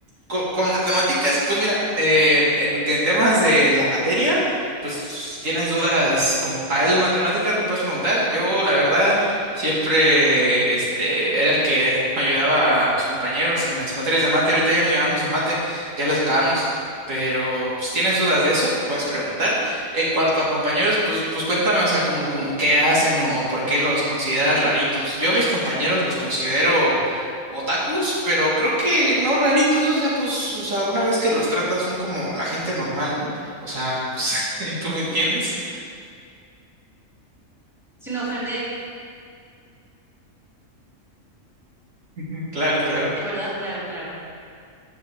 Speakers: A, on the right; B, in the centre.
A: co- con, matemáticas, pues mira, eh, en en temas de la materia. Pues si tienes dudas como tal matemáticas, me puedes preguntar. Yo, la verdad, siempre este, era el que ayudaba a mis compañeros en las materias de mate. Ahorita ya no llevamos de mate, ya las acabamos. Pero pues, si tienes dudas de eso, me puedes preguntar. En cuanto a compañeros, pues, pues cuéntame, o sea, como, como qué hacen o, o por qué los consideras raritos. Yo a mis compañeros los considero otakus, pero creo que no raritos, o sea, pues, o sea, una vez que los tratas son como la gente normal, ¿no? O sea, pues <laughs> ¿Tú me entiendes?
B: Sin ofender,
A: <laughs> Claro, claro.
B: ¿verdad? Claro, claro.